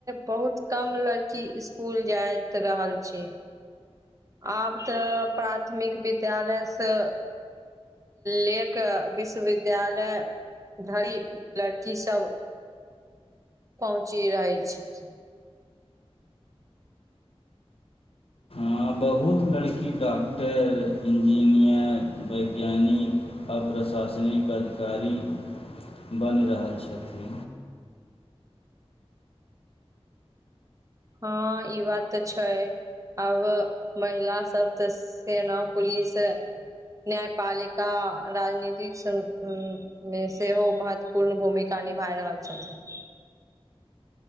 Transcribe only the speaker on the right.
बहुत कम लड़की इसकुल जाइत रहल छै। आब तऽ प्राथमिक विद्यालयसँ ले कऽ विश्वविद्यालय धरि लड़कीसब पहुँचि रहै छथिन।
हां ई बात त छै, आब महिला सब त सेना, पुलिस, न्यायपालिका, राजनीतिक मे सेहो महत्वपूर्ण भूमिका निभा रहल छथिन।